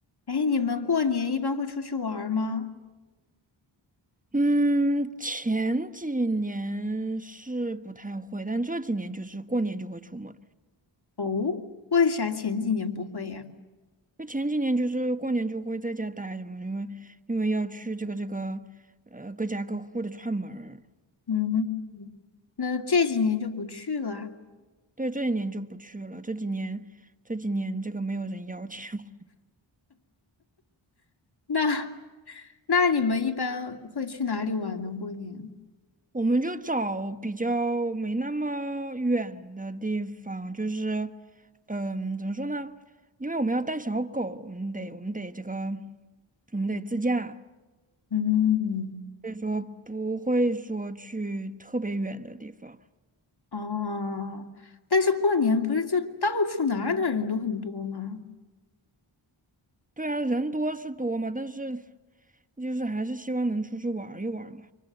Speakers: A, on the left; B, on the right.
A: 哎，你们过年一般会出去玩儿吗？
B: 嗯，前几年是不太会，但这几年就是过年就会出门。
A: 哦，为啥前几年不会呀？
B: 就前几年就是过年就会在家待着嘛，因为因为要去这个这个呃各家各户的串门儿。
A: 嗯，嗯那这几年就不去了啊
B: 对，这几年就不去了，这几年这几年这个没有人邀请我，
A: 那 <laughs> 那你们一般会去哪里玩呢？过年？
B: <laughs> 我们就找比较没那么远的地方，就是嗯，怎么说呢？因为我们要带小狗，我们得我们得这个我们得自驾。
A: 嗯，
B: 所以说不会说去特别远的地方。
A: 哦，但是过年不是就到处哪儿的人都很多吗？
B: 对啊，人多是多嘛，但是就是还是希望能出去玩儿一玩儿嘛。